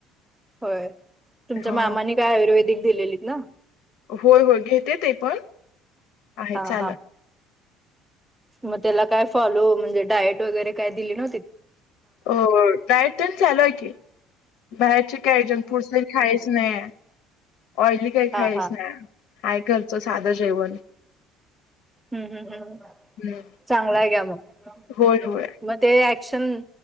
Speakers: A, in the centre; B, on the left (about 70°).
A: होय तुमच्या
B: हा.
A: मामाने काय? आयुर्वेदिक दिलेलीत ना-
B: होय होय घेते ते पण आहे,
A: हा
B: चालु.
A: हा मग त्याला काय फॉलो म्हणजे डायट वगैरे काय? दिली नव्हती.
B: अ डाएटच चालू आहे की, बाहेरचे काय जंक फूडस खायच स्नॅक ऑइली काय
A: हा
B: खायच
A: हा
B: नाही आहेा घरचं साधं जेवण.
A: हम्म हम्म हम्
B: हम्म.
A: चांगला आहे घ्या मग-
B: होय होय
A: मग ते ऍक्शन